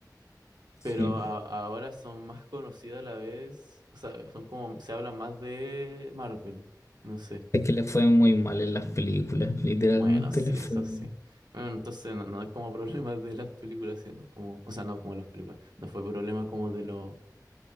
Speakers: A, on the right; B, on the left.
A: pero
B: Sí.
A: a- ahora son más conocidos a la vez, o sea, son como, se habla más de Marvel, no sé.
B: Es que le fue muy mal en las películas. Literalmente
A: Bueno, sí,
B: le fue
A: eso sí. Bueno, entonces no, no es como <laughs> problema de las películas, sino como, o sea, no como las películas, no fue problema como de lo,